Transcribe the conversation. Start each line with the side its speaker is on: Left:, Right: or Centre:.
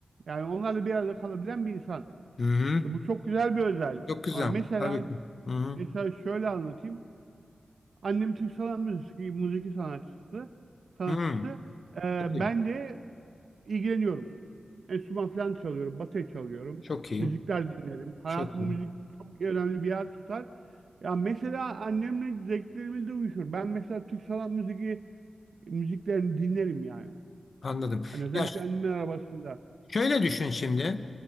Right: yani onlarla bir arada kalabilen bir insan.
Left: Hı hı.
Right: Ve bu çok güzel bir özellik.
Left: Çok güzel.
Right: Ama mesela
Left: Tabii ki. Hı hı.
Right: mesela şöyle anlatayım. Annem Türk sanat müziği, müzik sanatçısı, sanatçısı.
Left: Hı.
Right: E,
Left: Çok iyi.
Right: ben de ilgileniyorum. Enstrüman falan çalıyorum, bateri çalıyorum.
Left: Çok iyi.
Right: Müzikler dinlerim. Hayatım
Left: Çok iyi.
Right: müzik çok önemli bir yer tutar. Ya mesela annemle zevklerimiz de uyuşur. Ben mesela Türk sanat müziği müziklerini dinlerim yani.
Left: Anladım.
Right: Hani özellikle
Left: Ya
Right: annemin arabasında.
Left: Şöyle düşün şimdi.